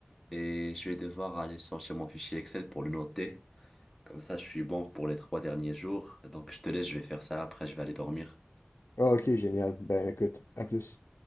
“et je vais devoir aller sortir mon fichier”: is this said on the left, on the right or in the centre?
Centre